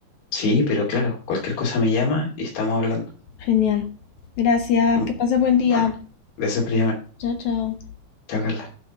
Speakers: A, on the left; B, on the left.
A: Sí, pero claro, cualquier cosa me llama y estamos hablando.
B: Genial. Gracias,
A: Mm,
B: que pases buen día.
A: Bueno, gracias por llamar.
B: Chao, chao.
A: Chao, Carla.